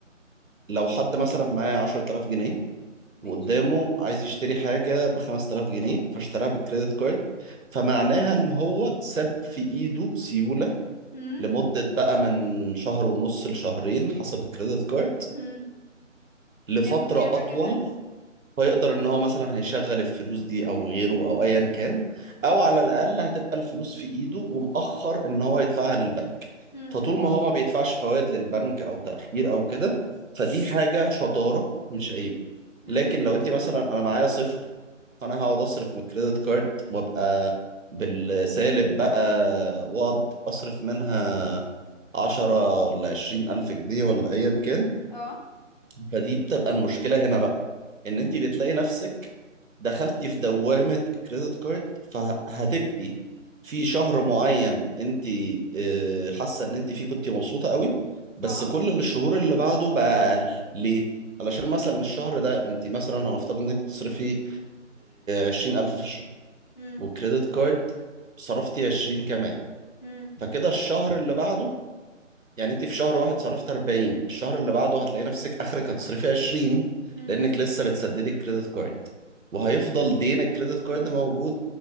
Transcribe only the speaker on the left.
ماشي
مم.
مم.
تعمل بيها حاجة
تانية
مم.
مم.
مم.
اه
اه
مم.
مم.
مم.
مم.